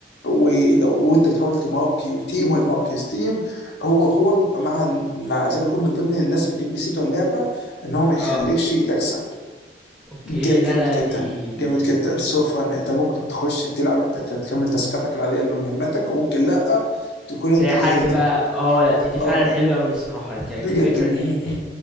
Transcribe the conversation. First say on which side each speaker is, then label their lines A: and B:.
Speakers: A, on the left; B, in the centre.
A: ولو وانت بتحاول تماركي تيم هو يماركي تيم هو هو مع مع زي ما يكون من ضمن الناس الام بي سي بتوع اللعبه ان هو ما يخليكش
B: اه
A: تكسب
B: اوكي
A: جا-
B: لا
A: جامد
B: لا
A: جدا
B: دي
A: جامد جدا سو فان انت ممكن تخش تلعب انت ك- تكمل تاسكاتك العاديه اللي مهمتك وممكن لا تكون
B: تلاقي
A: انت
B: حد
A: كهيتر
B: بقى اه لا دي دي فعلا
A: اه
B: حلوه قوي الصراحه ك...
A: بجد
B: كفكره
A: م-
B: دي
A: م-